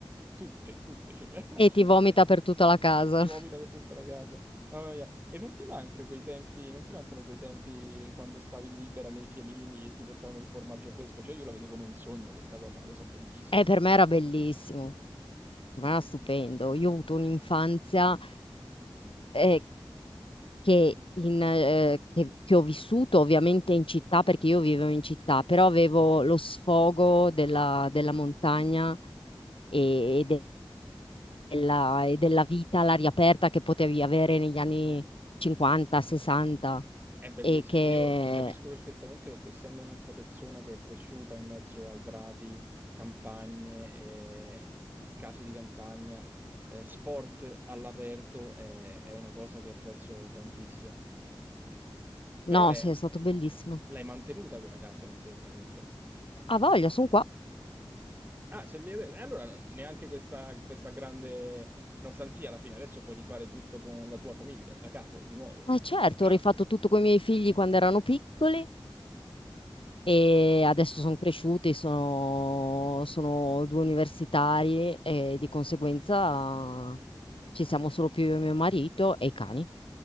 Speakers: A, on the right; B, on the left.
A: tutte, tutte ce le- <laughs>
B: E ti vomita
A: e- e-
B: per tutta la casa.
A: Ti vomita
B: <laughs>
A: per tutta la casa. Mamma mia. E non ti manca quei tempi, non ti mancano quei tempi quando stavi libera nei fienili e ti portavano il formaggio fresco? Cioè, io la vedo come un sogno questa cosa, una cosa bellissima.
B: E per me era bellissimo, per me era stupendo. Io ho avuto un'infanzia eh, che, in, eh, che che ho vissuto ovviamente in città, perché io vivevo in città, però avevo lo sfogo della della montagna e, della, e della vita all'aria aperta che potevi avere negli anni 50, 60
A: È bellissima.
B: e che
A: Io ti capisco perfettamente perché essendo un'altra persona che è cresciuta in mezzo ai prati, campagne, eh, case di campagna, eh, sport all'aperto, è, è una cosa che apprezzo tantissimo.
B: no,
A: Però l'hai
B: sì, è stato bellissimo.
A: l'hai mantenuta quella casa, mi sembra, hai detto.
B: Ha voglia, sono qua.
A: Ah, se li- eh, allora no, neanche questa, questa grande nostalgia alla fine. Adesso puoi rifare tutto con la tua famiglia, da capo, di nuovo.
B: Ma certo,
A: Fra-
B: ho rifatto tutto con i miei figli quando erano piccoli e adesso sono cresciuti, sono, sono due universitari e di conseguenza ci siamo solo più io e mio marito e i cani.